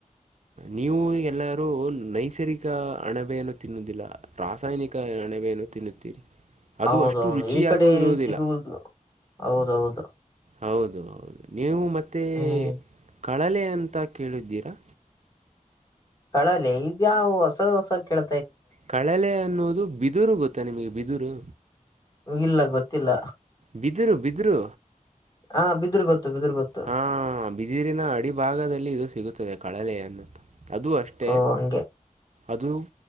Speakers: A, on the right; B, on the left.
A: ನೀವು ಎಲ್ಲಾರೂ ನೈಸರ್ಗಿಕ ಅಣಬೆಯನ್ನು ತಿನ್ನುವುದಿಲ್ಲ ರಾಸಾಯನಿಕ ಅಣಬೆಯನ್ನು ತಿನ್ನುತ್ತೀರಿ ಅದು
B: ಹೌದೌದು
A: ಅಷ್ಟು ರುಚಿಯಾಗೂ
B: ಈ ಕಡೆ
A: ಇರುವುದಿಲ್ಲ
B: ಸಿಗುವುದು ಹೌದೌದು
A: ಹೌದು ಹೌದು ನೀವು ಮತ್ತೆ
B: ಹ್ಮ್
A: ಕಳಲೆ ಅಂತ ಕೇಳಿದ್ದೀರಾ
B: ಕಳಲೆ ಇದ್ಯಾಾವ ಹೊಸದ್ ಹೊಸ ಕೆೇಳ
A: ಕಳಲೆ ಅನ್ನೋದು ಬಿದಿರು ಗೊತ್ತಾ ನಿಮಗೆ ಬಿದುರು
B: ಹೋಗಿಲ್ಲ ಗೊತ್ತಿಲ್ಲ
A: ಬಿದಿರು ಬಿದರು
B: ಹ ಬಿದ್ರ ಗೊತ್ತು ಬಿದ್ರ ಗೊತ್ತು
A: ಹಾ ಬಿದಿರಿನ ಅಡಿ ಭಾಗದಲ್ಲಿ ಇದು ಸಿಗುತ್ತದೆ ಕಳಲೆ ಅನ್ನಂತ ಅದು ಅಷ್ಟೇ
B: ಓ ಹಂಗೆ
A: ಅದು